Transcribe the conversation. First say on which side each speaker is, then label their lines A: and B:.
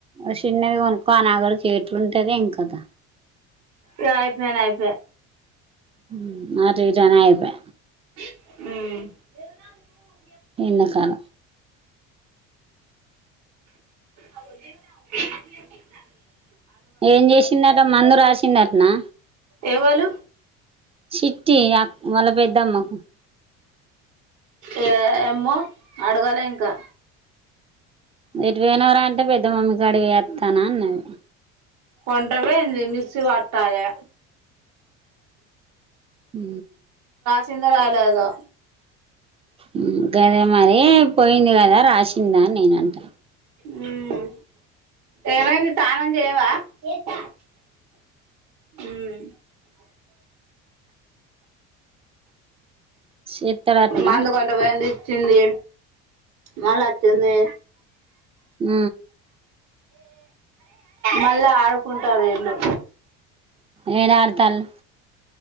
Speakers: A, on the right; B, on the right.
A: ఆ చిన్నది కొనుకో ఆ నాగలి ఎంట్లుంటదొ ఏంకాత
B: ఇగ అయిపోయినైయిన అయిప
A: ఉమ్ అటు ఇటు అనే ఐప్యా
B: ఉమ్మ్
A: నిన్న కాన
B: అవుో దేవు <unintelligible>
A: ఏం చేసిందట మందు రాసింద నా
B: ఏవలు
A: సిట్టి ఆ వాళ్ళ పెద్దమ్మకు
B: ఏమ్మో అడగలే ఇంకా
A: ఎటుపోయినవ్ రా అంటే పెద్ద మమ్మి కాడికి పోయి ఒత్తానా అన్నది.
B: కొంటవ ఏంది మిక్సి పట్టాలే
A: ఊ
B: తిందురాయలేదో.
A: ఉమ్ గదే మరీ పోయింది కదా రాసిందా అని నేనంటా.
B: మ్మ్ ఏమైంది తానం చేయవా చేత్త ఉమ్.
A: చేత్తరటన
B: మందు కొంట పోయింది చింది మల్లచ్చింది
A: ఉ
B: మళ్ళా ఆడుకుంటా వీళ్ళు.
A: ఏడ ఆడతాళ్లు